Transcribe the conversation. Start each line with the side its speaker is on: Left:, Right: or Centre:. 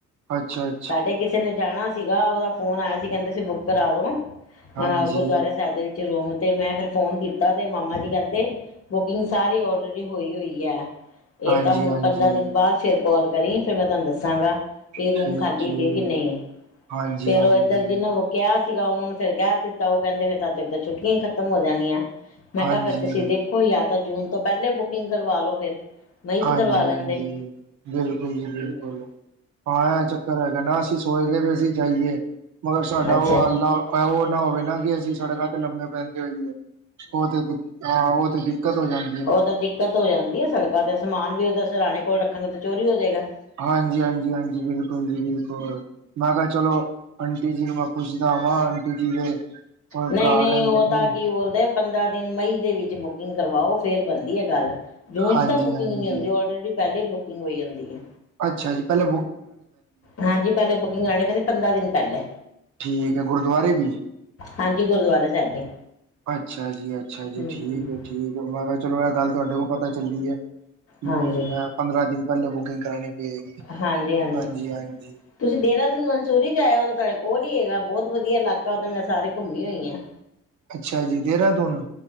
Right: ਅੱਛਾ ਅ
Left: ਸਾਡੇ ਕਿਸੇ ਨੇ ਜਾਣਾ ਸੀਗਾ ਉਹਦਾ ਫੋਨ ਆਇਆ ਸੀ, ਕਹਿੰਦਾ ਸੀ ਬੁੱਕ ਕਰਾਦੋ ਅਹ
Right: ਹਾਂਜੀ,
Left: ਗੁਰਦੁਆਰਾ ਸਾਹਿਬ ਦੇ ਵਿੱਚ ਰੂਮ ਤੇ ਮੈਂ ਫਿਰ ਫੋਨ ਕੀਤਾ ਤੇ ਮਾਮਾ ਜੀ ਕਹਿੰਦੇ, ਬੁਕਿੰਗ ਸਾਰੀ ਆਲਰੇਡੀ ਹੋਈ ਹੋਈ ਹੈ ਇਹ
Right: ਹਾਂਜੀ-ਹਾਂਜੀ,
Left: ਤਾਂ ਹੁਣ ਪੰਦਰਾਂ ਦਿਨ ਬਾਅਦ ਫੇਰ ਕਾਲ ਕਰੀ, ਫੇਰ ਮੈਂ ਤੁਹਾਨੂੰ ਦੱਸਾਂਗਾ ਵੀ ਰੂਮ
Right: ਠੀਕ-ਠੀਕ,
Left: ਖਾਲੀ ਹੈਗੀ ਐ ਕਿ ਨਹੀਂ,
Right: ਹਾਂਜੀ-ਹਾਂਜੀ।
Left: ਫੇਰ ਉਹ ਏਧਰ ਜਿਹਨਾ ਕਿਹਾ ਸੀਗਾ ਉਹਨਾਂ ਨੂੰ ਫਿਰ ਕਹਿ ਦਿੱਤਾ, ਉਹ ਕਹਿੰਦੇ ਫਿਰ ਤਦ ਤੱਕ ਤਾਂ ਛੁੱਟੀਆਂ ਹੀ ਖਤਮ ਹੋ ਜਾਣੀਆਂ ਮੈਂ
Right: ਹਾਂਜੀ,
Left: ਕਿਹਾ ਫੇਰ ਤੁਸੀਂ ਦੇਖੋ ਯਾ ਤਾਂ ਜੂਨ ਤੋਂ ਪਹਿਲੇ ਬੁਕਿੰਗ ਕਰਵਾ ਲੋ ਫੇਰ ਮਈ ਚ
Right: ਹਾਂਜੀ
Left: ਕਰਵਾ ਲੈਂਦੇ।
Right: ਹਾਂਜੀ ਬਿਲਕੁਲ ਜੀ
Left: ਹੂੰ,
Right: ਬਿਲਕੁਲ। ਹਾਂ ਐ ਚੱਕਰ ਹੈਗਾ ਨਾ ਅਸੀਂ ਸੋਚਦੇ ਵੀ ਅਸੀਂ ਜਾਈਏ, ਮਗਰ ਸਾਡਾ
Left: ਅੱਛਾ
Right: ਉਹ ਹਾਲ ਨਾ ਐ ਓਨਾ ਹੋਵੇ ਨਾ ਕਿ ਅਸੀਂ ਸੜਕਾਂ ਤੇ ਲੰਮੇ ਪੈਂਦੇ ਹੋਈਏ, ਓ ਤੇ ਹਾਂ ਓ ਤੇ ਦਿੱਕਤ ਹੋ ਜਾਣੀ।
Left: ਓ ਤੇ ਦਿੱਕਤ ਹੋ ਜਾਂਦੀ ਐ। ਸੜਕਾਂ ਤੇ ਸਮਾਨ ਵੀ ਓਦੇ ਸਰਾਣੇ ਕੋਲ ਰੱਖਣਗੇ, ਤਾਂ ਚੋਰੀ ਹੋ ਜੇਏਗਾ।
Right: ਹਾਂਜੀ-ਹਾਂਜੀ, ਹਾਂਜੀ ਬਿਲਕੁਲ ਜੀ ਬਿਲਕੁਲ। ਮੈਂ ਕੇਯਾ ਚਲੋ ਆਂਟੀ ਜੀ ਨੂੰ ਮੈਂ ਪੁੱਛਦਾ ਵਾਂ, ਆਂਟੀ ਜੀ ਦੇ ਹੋਰ
Left: ਨਈਂ-ਨਈਂ
Right: ਭਰਾ ਰਹਿੰਦੇ
Left: ਓ
Right: ਨੇ
Left: ਤਾਂ ਕੀ ਬੋਲਦੇ ਪੰਦਰਾਂ ਦਿਨ ਮਈ ਦੇ ਵਿੱਚ ਬੁਕਿੰਗ ਕਰਵਾਓ, ਫੇਰ ਬਣਦੀ ਏ ਗੱਲ। ਜੂਨ
Right: ਹਾਂਜੀ
Left: ਚ ਤਾਂ ਬੁਕਿੰਗ
Right: ਹਾਂਜੀ
Left: ਨ ਹੁੰਦੀ, ਔਲਰੇਡੀ ਪੈਲੇਾ ਈ ਬੁਕਿੰਗ ਹੋਈ ਹੁੰਦੀ ਏ।
Right: ਅੱਛਾ ਜੀ, ਪੈਲੇ
Left: ਹਾਂਜੀ, ਪੈਲੇ ਬੁਕਿੰਗ ਕਰਾਣੀ ਪੈਂਦੀ, ਪੰਦਰਾਂ ਦਿਨ ਪੈਲੇ।
Right: ਠੀਕ ਹੈ ਗੁਰਦੁਆਰੇ ਵੀ
Left: ਹਾਂਜੀ, ਗੁਰਦੁਆਰਾ ਸੈਬ ਦੀ।
Right: ਅੱਛਾ ਜੀ, ਅੱਛਾ ਜੀ,
Left: ਹੂੰ
Right: ਠੀਕੈ,
Left: ਹੂੰ
Right: ਠੀਕੈ ਮੈਂ ਕੇਯਾ ਚਲੋ, ਐ ਗੱਲ ਤੁਆਡੇ ਕੋਲ ਪਤਾ ਪਤਾ ਚੱਲੀ ਐ, ਹ
Left: ਹਾਂਜੀ
Right: ਪੰਦਰਾਂ ਦਿਨ ਪੈਲੇ ਬੁਕਿੰਗ ਕਰਾਣੀ ਪਏਗੀ
Left: ਹਾਂਜੀ-ਹਾਂਜੀ।
Right: ਹਾਂਜੀ ਹਾਂਜੀ
Left: ਤੁਸੀਂ ਦੇਹਰਾਦੂਨ ਮਨਸੂਰੀ ਈ ਜਾ ਆਓ ਤਾਂ ਤੁਹਾਡੇ ਕੋਲ ਹੀਈ ਹੈਗਾ ਬਹੁਤ ਵਧੀਆ ਇਲਾਕਾ ਤਾਂ ਮੈਂ ਸਾਰੇ ਘੁੰਮੀ ਹੋਈ ਹਾਂ।
Right: ਅੱਛਾ ਜੀ ਦੇਹਰਾਦੂਨ